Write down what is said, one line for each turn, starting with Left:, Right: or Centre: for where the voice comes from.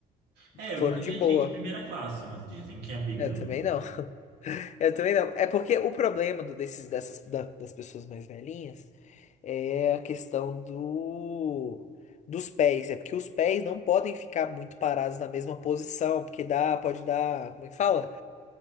Right: É, eu
Left: Foram
Right: nunca
Left: de
Right: viajei
Left: boa.
Right: de primeira classe, mas dizem que é bem
Left: Eu
Right: melhor.
Left: também não. <laughs> Eu também não. É porque o problema do- desses, dessas, da- das pessoas mais velhinhas é a questão do, dos pés. É porque os pés não podem ficar muito parados na mesma posição, porque dá, pode dar, como é que fala?